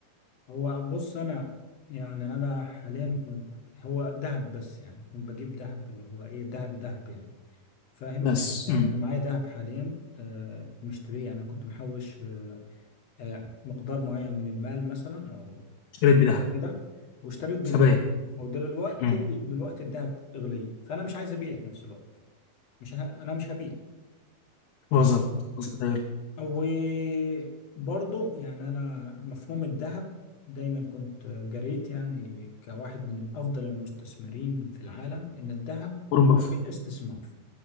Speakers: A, on the left (about 55°); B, on the left (about 75°).
A: هو بص انا يعني انا حاليا كنت هو ذهب بس يعني كنت بجيب ذهب اللي هو ايه ذهب ذهب يعني فاهم
B: بس
A: يعني
B: مم.
A: انا معايا ذهب حاليا آه، مشتريه يعني كنت محوش آه، آه، مقدار معين من المال مثلا او
B: اشتريت
A: أو
B: بدهب
A: كده واشتريت بيه
B: سبايك
A: دهب ودلوقتي
B: امم.
A: دلوقتي الدهب اغلي فانا مش عايز ابيع في نفس الوقت مش ه... انا مش هبيع
B: وصلت
A: تمام
B: وصلت يا- غالي.
A: وبرضه يعني انا مفهوم الذهب دايما كنت جريت يعني كواحد من افضل المستثمرين في العالم ان الذهب
B: قرون بفر
A: استثمار